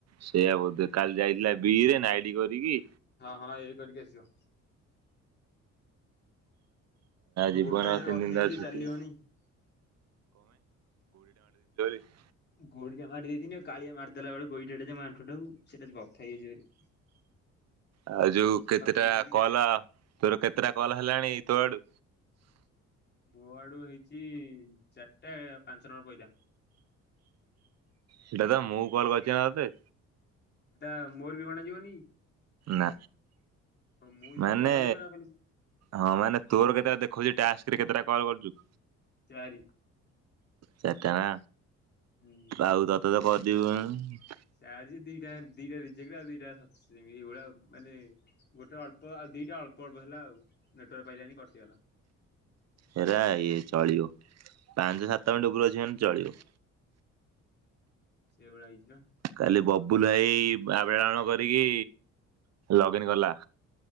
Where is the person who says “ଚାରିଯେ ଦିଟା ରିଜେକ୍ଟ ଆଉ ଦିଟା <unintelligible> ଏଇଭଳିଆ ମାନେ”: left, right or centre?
Left